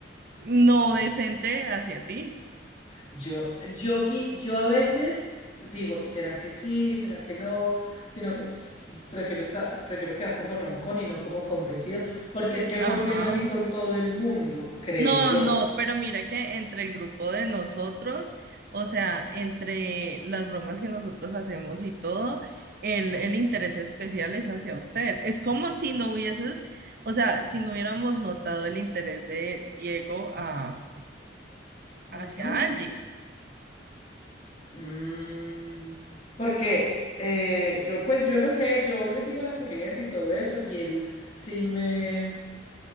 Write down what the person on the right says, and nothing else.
no decente hacia ti.
Ajá.
No,
no, pero mira que entre el grupo de nosotros, o sea, entre las bromas que nosotros hacemos y todo, el, el interés especial es hacia usted. Es como si no hubieses, o sea, si no hubiéramos notado el interés de Diego a, hacia
Angie.